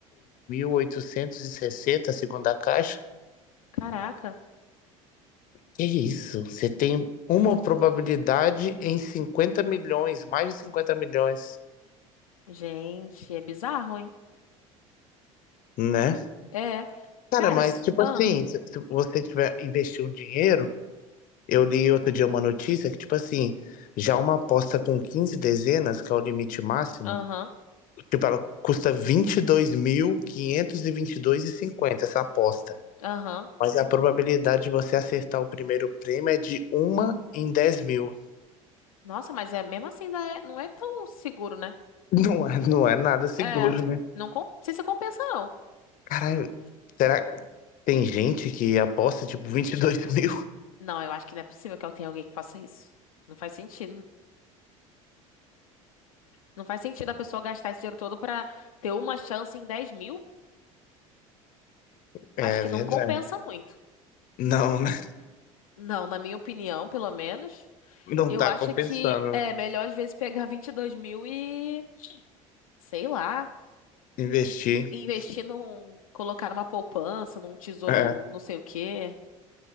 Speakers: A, on the left; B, on the left.
A: 63.860, segundo a Caixa?
B: Caraca.
A: Que isso? Você tem uma probabilidade em 50 milhões, mais de 50 milhões,
B: Gente, é bizarro, hein?
A: né?
B: É.
A: Cara,
B: Cara,
A: mas
B: s-
A: tipo
B: ah,
A: assim, se se você tiver investir um dinheiro, eu li outro dia uma notícia que tipo assim, já uma aposta com 15 dezenas, que é o limite máximo,
B: aham,
A: tipo ela custa 22.522,50 essa aposta.
B: aham.
A: Mas a probabilidade de você acertar o primeiro prêmio é de uma em 10 mil.
B: Nossa, mas é mesmo assim, ainda é, não é tão seguro, né?
A: Não é, não é nada seguro,
B: É.
A: né?
B: Não, com- não sei se compensa, não.
A: Caralho, será que tem gente que aposta tipo 22 <laughs> mil?
B: Não, eu acho que não é possível que eu tenha alguém que faça isso. Não faz sentido. Não faz sentido a pessoa gastar esse dinheiro todo pra ter uma chance em 10 mil.
A: É
B: Acho que
A: verdade.
B: não compensa muito.
A: Não, né?
B: Não, na minha opinião, pelo menos.
A: Não
B: Eu
A: tá
B: acho
A: compensando
B: que é
A: né?
B: melhor às vezes pegar 22 mil e. Sei lá.
A: investir.
B: investir num, colocar numa poupança, num tesouro,
A: É,
B: não sei o quê.